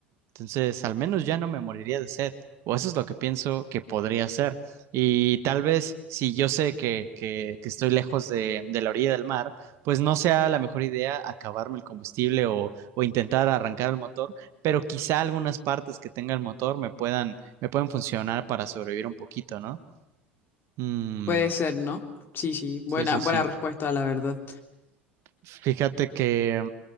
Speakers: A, on the right; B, on the left.
A: Entonces, al menos ya no me moriría de sed. O eso es lo que pienso que podría ser. Y tal vez si yo sé que, que- que estoy lejos de, de la orilla del mar, pues no sea la mejor idea acabarme el combustible o, o intentar arrancar el motor, pero quizá algunas partes que tenga el motor me puedan, me puedan funcionar para sobrevivir un poquito, ¿no? Mm,
B: Puede ser, ¿no? Sí, sí, buena,
A: sí, sí,
B: buena
A: sí.
B: respuesta, la verdad.
A: Fíjate que,